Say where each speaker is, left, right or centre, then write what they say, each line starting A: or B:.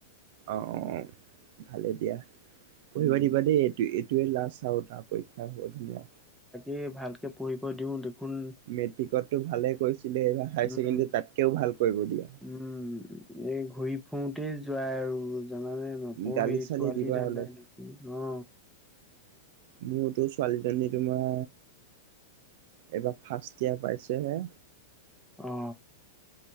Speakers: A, on the right; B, in the centre.
A: অ' অ' ভালে দিয়া। পঢ়িবা
B: উম
A: দিবা দেই এইটো এইটোৱে লাষ্ট আৰু তাৰ। পৰীক্ষা হ'ব ধুনীয়া।
B: এই ভালকে পঢ়িব দিওঁ দেখোন।
A: মেট্ৰিকতটো ভালে কৰিছিলে, এইবাৰ হায়াৰ
B: উম,
A: ছেকেণ্ডৰীত তাতকেও ভাল কৰিব দিয়া।
B: উম, এই ঘূৰি ফুুৰতেই যোৱা আৰু। জানানে নপঢ়েই
A: গালি চালি
B: ছোৱালী
A: দিবা
B: ধান্ডাই
A: অলপ
B: নেকি অ।
A: মোৰতো ছোৱালীজনী তোমাৰ এইবাৰ ফাৰ্ষ্ট ইয়াৰ পাইছেহে।
B: অ